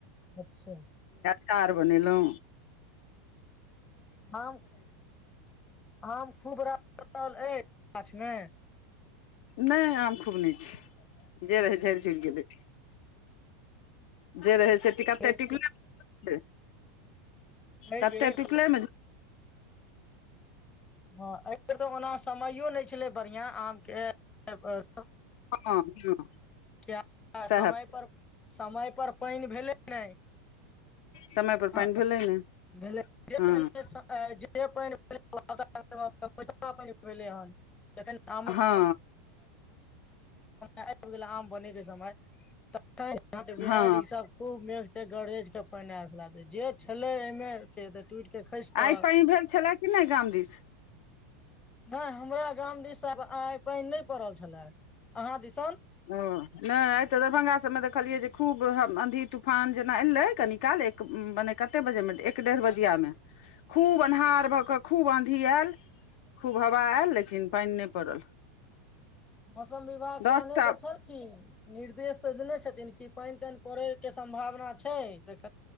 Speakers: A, on the left (about 20°); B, on the left (about 60°).
A: अच्छा।
B: चार बनेलौ।
A: हम, हम खूब <unintelligible> गाछ मे।
B: नै आम खूब नै छै।
A: खूब
B: जे रहै
A: नहि
B: झेड़ झुड़ गेलै। जे रहै से टि कते
A: अछि
B: टिकला <unintelligible>
A: एहि
B: कते
A: बेर
B: टिकले मे
A: हाँ ए बेर तऽ ओना समयो नै छलै बढ़ियाँ आम के अ
B: हाँ हाँ
A: किया
B: साहे
A: समय पर समय पर पेएन भेलै नै।
B: समय पर
A: हाँ
B: पानि भेलै ने
A: भेले जे
B: हँ
A: भेले स अ जे <unintelligible> भेले हन, जखन आमक
B: हँ
A: <unintelligible> <unintelligible> आब गेला आम बने के समय त <unintelligible> बिहाएर
B: हँ
A: ई सब खूब मेघ-तेघ गरेज के पेएन आएल ला दे जे छलै ए मे से ते टुट के खैस पड़त।
B: आइ पानि भेल छलए कि नहि गाम दिस
A: नै हमरा गाम दिस अब आय पेएन ने पड़ल छलै, अहाँ दिसन।
B: ओ नै आय ते दरभंगा सब मे देखलियै जे खूब आँधी, तूफान जेना एलै कनि काल, एक मने कते बजे मे एक डेढ़ बजिया मे, खूब अन्हार भऽ के खूब आंधी आएल। खुब हवा आयले। फिन पेएन नै पड़ल।
A: मौसम विभाग कोहने
B: दस टा
A: ते छलखिन। निर्देश तऽ देने छथिन कि पेएन-तेएन पड़े के सम्भावना छै, देख